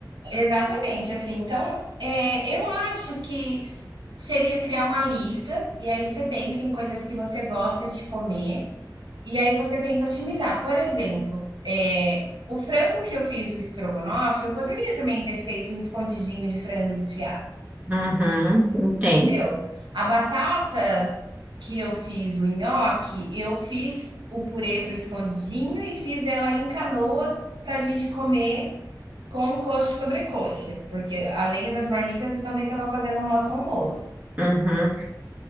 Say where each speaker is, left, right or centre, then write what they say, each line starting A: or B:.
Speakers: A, on the right; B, on the right.
A: exatamente, assim. Então, é, eu acho que seria criar uma lista, e aí você pensa em coisas que você gosta de comer, e aí você tenta otimizar. Por exemplo, é, o frango que eu fiz, o estrogonofe, eu poderia também ter feito um escondidinho de frango desfiado.
B: Uhum, entendo.
A: Entendeu? A batata que eu fiz o nhoque, eu fiz o purê para o escondidinho e fiz ela em canoas para a gente comer com coxa sobre coxa, porque além das marmitas eu também estava fazendo o nosso almoço.
B: Uhum.